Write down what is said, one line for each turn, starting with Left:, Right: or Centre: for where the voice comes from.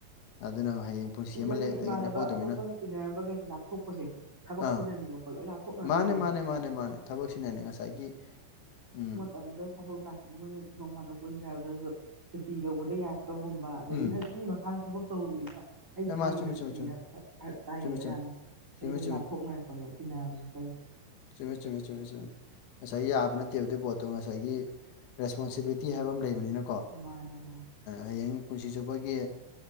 Left: ꯑꯗꯨꯅ ꯍꯌꯦꯡ ꯄꯨꯟꯁꯤ
Right: ꯇꯤꯟꯅꯔꯤ
Left: ꯑꯃ
Right: ꯏꯃꯥꯟꯅꯕ
Left: ꯂꯦꯞꯍꯧꯗꯣꯏꯅꯤꯅ
Right: ꯑꯇꯣꯞꯄꯁꯨ ꯇꯤꯟꯅꯔꯝꯕꯈꯩꯁꯦ ꯂꯥꯞꯊꯣꯛꯄꯁꯦ ꯊꯕꯛꯁꯤꯗꯅꯦꯕꯀꯣ
Left: ꯑꯥ
Right: ꯂꯣꯏ ꯂꯥꯞꯊꯣꯛꯅꯈ꯭ꯔꯤꯁꯦ
Left: ꯃꯥꯅꯦ ꯃꯥꯅꯦ ꯃꯥꯅꯦ ꯃꯥꯅꯦ ꯊꯕꯛꯁꯤꯅꯅꯦ ꯉꯁꯥꯏꯒꯤ ꯎꯝ
Right: ꯑꯗꯨꯗ ꯊꯕꯛ ꯇꯥꯁꯤ ꯃꯣꯏꯅ ꯅꯣꯡꯃꯜꯗ ꯄꯨꯟꯁꯦ ꯍꯥꯏꯕꯗꯁꯨ ꯁꯨꯇꯤ ꯂꯧꯕꯗ ꯌꯥꯔꯛꯇꯕꯒꯨꯝꯕ ꯑꯗꯒꯤ
Left: ꯎꯝ
Right: ꯃꯤ ꯃꯈꯥꯗ ꯊꯕꯛ ꯇꯧꯔꯝꯅꯤꯅ ꯑꯩ
Left: ꯑꯦ
Right: ꯏꯁꯥꯒꯤ
Left: ꯃꯥ ꯆꯨꯝꯃꯤ
Right: ꯅꯥꯠꯇꯅꯤꯅ
Left: ꯆꯨꯝꯃꯤ ꯆꯨꯝꯃꯤ
Right: ꯇꯥꯏꯌꯦꯕ
Left: ꯆꯨꯝꯃꯤ ꯆꯨꯝꯃꯤ
Right: ꯌꯥꯝꯅ
Left: ꯆꯨꯝꯃꯤ
Right: ꯑꯩ ꯑꯗꯨꯝ ꯂꯥꯞꯊꯣꯛꯅꯔꯛꯄꯅꯦ ꯇꯤꯟꯅꯁ ꯀꯔꯤꯁꯦ
Left: ꯆꯃꯦ ꯆꯨꯝꯃꯦ ꯆꯃꯦ ꯆꯨꯝꯃꯦ ꯉꯁꯥꯏ ꯌꯥꯕ ꯅꯠꯇꯦꯕ ꯑꯗꯨ ꯄꯣꯠꯇꯣ ꯉꯁꯥꯏꯒꯤ ꯔꯦꯁꯄꯣꯟꯁꯤꯕꯤꯂꯤꯇꯤ ꯍꯥꯏꯕ ꯑꯃ ꯂꯩꯕꯅꯤꯅ ꯀꯣ
Right: ꯃꯥꯅꯦ ꯃꯥꯅꯦ
Left: ꯍꯌꯦꯡ ꯄꯨꯟꯁꯤ ꯆꯨꯞꯄꯒꯤ